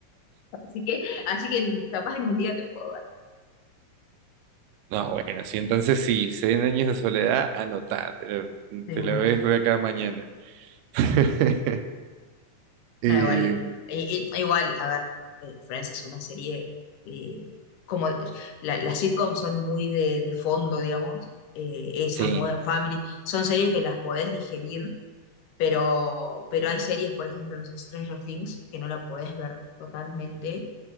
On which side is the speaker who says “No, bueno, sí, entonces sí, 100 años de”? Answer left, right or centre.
Right